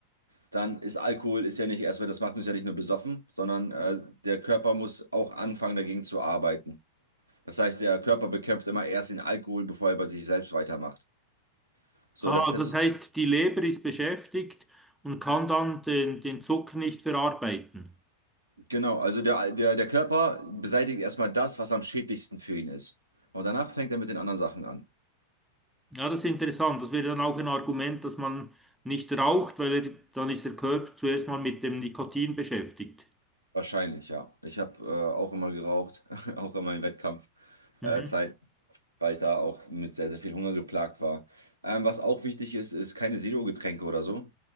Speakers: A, on the right (about 85°); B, in the centre.
A: dann ist Alkohol ist ja nicht erstmal, das macht uns ja nicht nur besoffen, sondern äh, der Körper muss auch anfangen, dagegen zu arbeiten. Das heißt, der Körper bekämpft immer erst den Alkohol, bevor er bei sich selbst weitermacht. So,
B: Ah,
A: das Testosteron,
B: das heißt, die Leber ist beschäftigt und kann dann den, den Zucker nicht verarbeiten.
A: genau, also der, der, der Körper beseitigt erstmal das, was am schädlichsten für ihn ist. Und danach fängt er mit den anderen Sachen an.
B: Ja, das ist interessant. Das wäre dann auch ein Argument, dass man nicht raucht, weil er, dann ist der Körper zuerst mal mit dem Nikotin beschäftigt.
A: Wahrscheinlich, ja. Ich habe äh, auch immer geraucht, <laughs> auch in meinen Wettkampfzeit,
B: Mhm.
A: äh, Zeit, weil ich da auch mit sehr, sehr viel Hunger geplagt war. Ähm, was auch wichtig ist, ist keine Zero-Getränke oder so.